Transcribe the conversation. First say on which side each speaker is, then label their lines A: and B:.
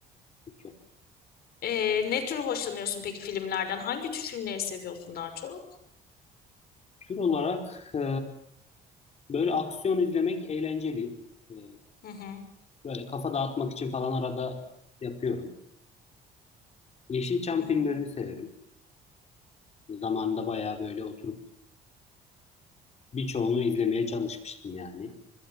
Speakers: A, on the left; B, on the left.
A: Hiç yok.
B: E, ne tür hoşlanıyorsun peki filmlerden? Hangi tür filmleri seviyorsun daha çok?
A: Tür olarak e, böyle aksiyon izlemek eğlenceli. E,
B: Hı hı.
A: böyle kafa dağıtmak için falan arada yapıyorum. Yeşilçam
B: Hı hı.
A: filmlerini severim. Zamanında bayağı böyle oturup birçoğunu izlemeye çalışmıştım yani.